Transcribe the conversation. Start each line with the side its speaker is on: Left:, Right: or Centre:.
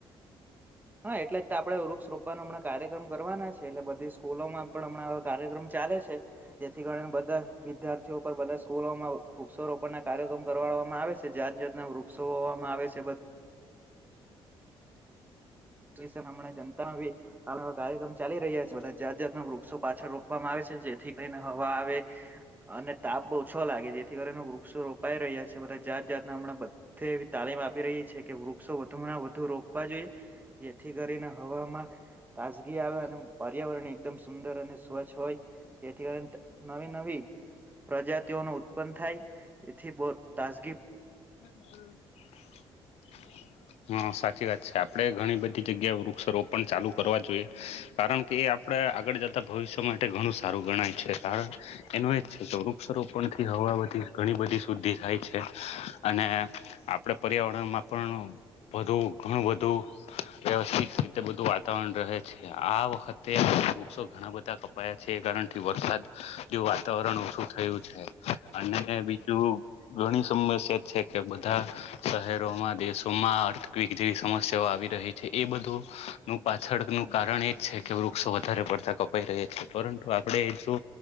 Right: હા એટલે તા આપડે વૃક્ષ રોપવાનો હમણાં કાર્યક્રમ કરવાના છે એટલે બધી સ્કૂલોમાં પણ હમણાં કાર્યક્રમ ચાલે છે જેથી કરી ને બધા વિદ્યાર્થીઓ પર બધા સ્કૂલોમાં વૃક્ષ રોપણ ના કાર્યક્રમ કરવા રોપવા માં આવે છે જાત જાતના વૃક્ષોવામાં આવે છે. <unintelligible> જનતામાં ભી હાલ કાર્યક્રમ ચાલી રહ્યા છે બધા જાત જાતના વૃક્ષો પાછળ રોકવામાં આવે છે. જેથી કરીને હવા આવે અને તાપ ઓછો લાગે જેથી કરીને વૃક્ષો રોપાઈ રહ્યા છે. જાત જાતને હમણાં બધે એવી તાલીમ આપી રહી છે કે વૃક્ષો વધુ માં વધુ રોકવા જોઈએ. જેથી કરીને હવામાં તાજગી આવે અને પર્યાવરણ એકદમ સુંદર અને સ્વચ્છ હોય એથી અન્ટ નવી નવી પ્રજાતિઓ નો ઉત્પન્ન થાય તેથી બ તાજગી
Left: <inaudible> હા સાચી વાત છે આપડે ઘણી બધી જગ્યાએ વૃક્ષારોપ પણ ચાલુ કરવા જોઈએ કારણ કે એ આપડા આગળ જતા ભવિષ્ય માટે ઘણું સારું ગણાય છે કારણ એનું એજ છે કે વૃક્ષારોપણથી હવા બધી ઘણી બધી શુદ્ધિ થાય છે. અને આપડે પર્યાવરણમાં પણ વધુ ઘણું બધું વ્યવસ્થિત રીતે બધું વાતાવરણ રહે છે આ વખતે વૃક્ષો ઘણા બધા કપાયા છે. થી વરસાદ વાતાવરણ ઓછું થયું છે અને બીજું ગણી સમસ્યા છે કે બધા શહેરોમાં દેશોમાં આર્થિક જેવી સમસ્યાઓ આવી રહે છે એ બધું નું પાછળ નું કારણ એ જ છે કે વૃક્ષો વધારે પડતા કપાઈ રહ્યા છે પરંતુ આપણે જો